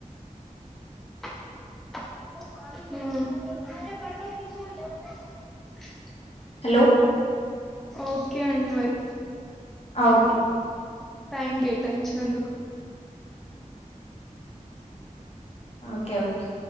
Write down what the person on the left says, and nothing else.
హలో
ఆ ఓకే
ఓకే ఓకే